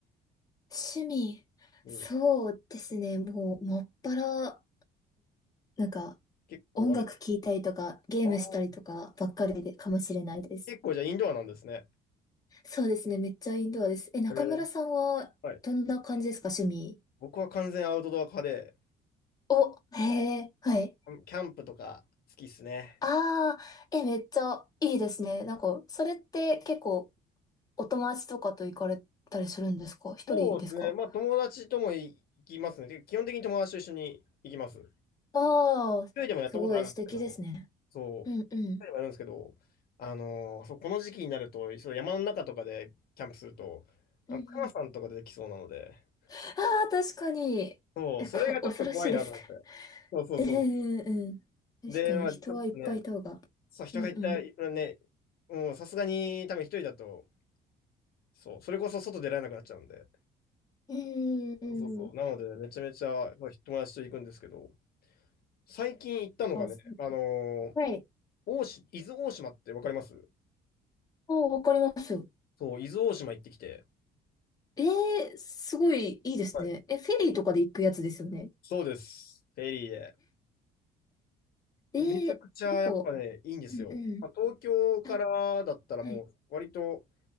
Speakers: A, on the left; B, on the left.
A: 趣味。
B: うん。
A: そうですね。もう、もっぱらなんか、
B: 結構あれ、
A: 音楽聴いたりとか、ゲームしたりとかばっかりでかもしれないです。
B: あー結構じゃあインドアなんですね。
A: そうですね、めっちゃインドアです。え、中村さんはどんな感じですか、
B: えー、はい。
A: 趣味。
B: 僕は完全アウトドア派で、
A: お、へえ、はい。
B: キャンプとか好きっすね。
A: ああ、え、めっちゃいいですね。なんか、それって結構お友達とかと行かれたりするんですか一人ですか
B: そうですね。まあ友達とも行きますね。てか基本的に友達と一緒に行きます。一
A: ああー、
B: 人でもやったことあるんですけど、
A: すごい素敵ですね。
B: そう。
A: うんうん。
B: 一人でもやるんですけど、あのーそう、この時期になると、そう、山の中とかでキャンプすると、あの、
A: うんうん。
B: 熊さんとか出てきそうなので、
A: ああ、確かに。
B: そう、
A: え、
B: それがちょっと怖いなと思って。
A: こ恐ろしいですね。
B: そうそうそうそ
A: ええうん。確かに人はいっぱいいた方が。
B: う。で、まあ、ちょっとね、そう、人がいたらね、
A: うんうん。
B: もうさすがに多分一人だと、そう、それこそ外出られなくなっちゃうんで。
A: うんうんうん。
B: そうそうそう。なので、めちゃめちゃまあ友達と行くんですけど、最近行ったのがね、
A: あ、す
B: あのー
A: はい。
B: 大島、伊豆大島ってわかります
A: あ、わかりますよ。
B: そう、伊豆大島行ってきて。
A: ええすごいいいですね。
B: はい
A: え、フェリーとかで行くやつですよね。
B: そうです。フェリーで。
A: ええなんか、
B: めちゃくちゃやっぱね、
A: う
B: いいんですよ。
A: んう
B: まあ、東京からだったらもう割と
A: ん。あ、はい。